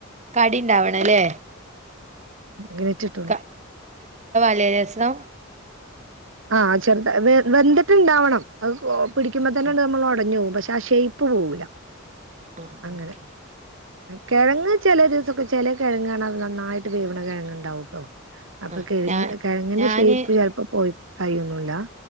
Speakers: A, on the right (about 35°); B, on the right (about 65°).
A: കടി ഇണ്ടാവണല്ലേ
B: <unintelligible> ഗണിച്ചിട്ടുള്ള
A: ക <inaudible>
B: ആഹ് ചെറുത വെന്തിട്ട്ണ്ടാവണം അത് <unintelligible> പിടിക്കുമ്പോ തന്നെ
A: ആഹ്
B: നമ്മൾ ഉടഞ്ഞു പോവും ശശയിപ്പ് പോവൂല
A: ആഹ്
B: അങ്ങനെ
A: ഓക്കെ
B: കിഴങ്ങ് ചില ദിവസമൊക്കെ ചില കിഴങ്ങ നന്നായിട്ട് വീവിണ കിഴങ്ങ് ഉണ്ടാവകൂട്ടോ അപ്പൊ
A: ആഹ്
B: കിഴങ്ങ
A: ഞാ
B: കിഴങ്ങിന്റെ
A: ഞാന്
B: ഷേപ്പ് ചെലപ്പോ പോയി കായിന്നുല്ല